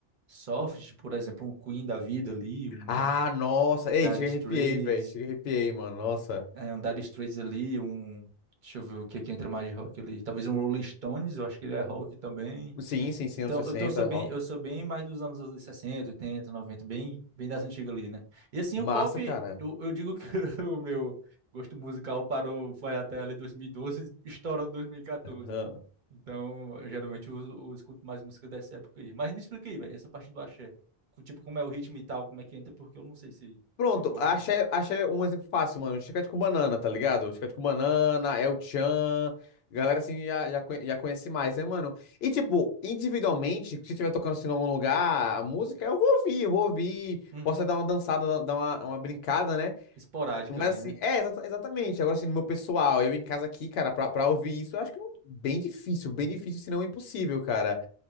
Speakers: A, on the right; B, on the left.
A: soft, tipo, por exemplo, um Queen da vida ali, um, um
B: Ah, nossa!
A: Dire
B: Ei, chega
A: Straits,
B: arrepiei, velho. Chega arrepiei, mano. Nossa.
A: é, um Dire Straits ali, um. Deixa eu ver o que é que entra mais de rock ali. Talvez um Rolling Stones, eu acho que ele é rock também.
B: Sim, sim, sim,
A: Então,
B: anos sessenta
A: então eu sou bem,
B: rock.
A: eu sou bem mais dos anos ali 60, 80, 90, bem, bem das antigas ali, né? E assim,
B: Massa,
A: o pop,
B: cara.
A: eu, eu digo que <laughs> o meu gosto musical parou, foi até ali 2012, estourando 2014.
B: Aham.
A: né? Então, eu, geralmente eu, eu escuto mais música dessa época aí. Mas me explica aí, velho, essa parte do axé. Co- Tipo, como é o ritmo e tal, como é que entra, porque eu não sei se,
B: Pronto,
A: se eu gosto
B: achei,
A: ou não.
B: achei um exemplo fácil, mano. Chiclete com banana, tá ligado? Chiclete com banana, El Chan. Galera assim já, já, conhe- já conhece mais, né, mano? E tipo, individualmente, se estiver tocando assim em algum lugar, a música eu vou ouvir, eu vou ouvir.
A: Uhum.
B: Posso dar uma dançada, dar uma, uma brincada, né?
A: Esporádica
B: Mas
A: ali,
B: assim,
A: né?
B: é, exata- exatamente. Agora assim, no meu pessoal, eu em casa aqui, cara, pra, pra ouvir isso, eu acho que não- bem difícil, bem difícil, se não impossível, cara.